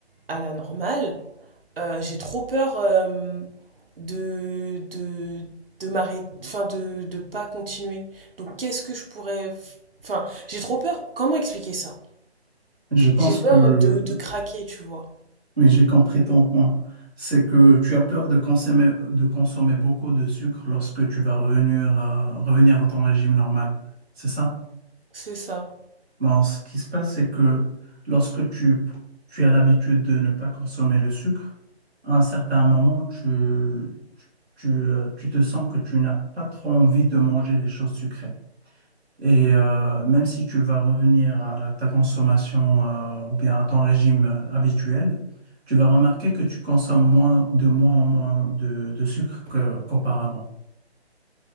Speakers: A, on the right; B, in the centre.
A: à la normale, euh, j'ai trop peur euh, de, de, de m'arrêter, enfin, de, de pas continuer. Donc, qu'est-ce que je pourrais. f- Enfin, j'ai trop peur. Comment expliquer ça?
B: Je pense
A: J'ai peur
B: que
A: de, de craquer, tu vois.
B: oui, j'ai compris ton point. C'est que tu as peur de consommer, de consommer beaucoup de sucre lorsque tu vas revenir à, revenir à ton régime normal. C'est ça?
A: C'est ça.
B: Bon, ce qui se passe, c'est que lorsque tu, tu as l'habitude de ne pas consommer le sucre, à un certain moment, tu, tu, tu, euh, tu te sens que tu n'as pas trop envie de manger des choses sucrées. Et euh, même si tu vas revenir à la- ta consommation euh, ou bien à ton régime euh, habituel, tu vas remarquer que tu consommes moins de moins en moins de, de sucre que- qu'auparavant.